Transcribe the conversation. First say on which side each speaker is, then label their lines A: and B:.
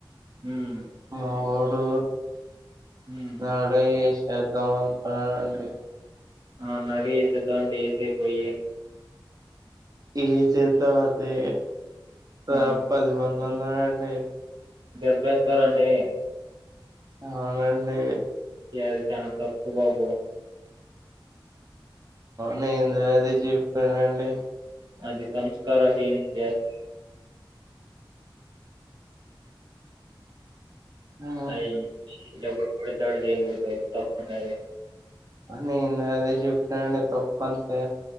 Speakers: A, on the right; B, on the right.
A: ఉమ్
B: మావోడు
A: ఉమ్.
B: నాడు చేద్దాం అ అండి
A: ఆ నడి ఏపిద్దా డేసే పోయి
B: ఈ చేత వతే త
A: ఆ
B: పది మంది మందరంటే
A: దెబ్బేస్తారండి
B: అ అవునండి
A: యాది కనా తప్పు బాబు
B: నేన్ అది చె లేదండి
A: అది సంస్కార హిన్ జస్
B: ఆ
A: అయి ఇప్పుడ వస్తాడు చేయకుడదా తప్పది
B: హ నేను అదే చెప్పినాండి తప్పు అంతే